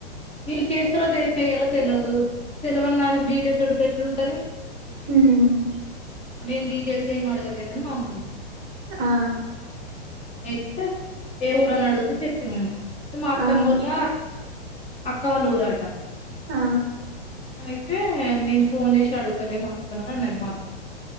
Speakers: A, on the left; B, on the right.
A: వీళ్ళు చేస్తారో తె చేయ్రో తెలియదు తెలివని దానికి డీటెయిల్స్ అడితే ఎట్లుంటది.
B: హుమ్
A: నేను డీటెయిల్స్ ఏమి అడగలేదని మా అమ్మ అన్నది.
B: ఆ
A: అయితే ఏ ఊరని అడిగితే చెప్పినం మా అత్తమ్మోల్ల
B: ఆ
A: అక్కవాల్లూరట.
B: ఆ
A: అయితే నేను ఫోన్ జేసి అడుగుతలే మాక్కను అని అన్నది మా అత్తమ్మ.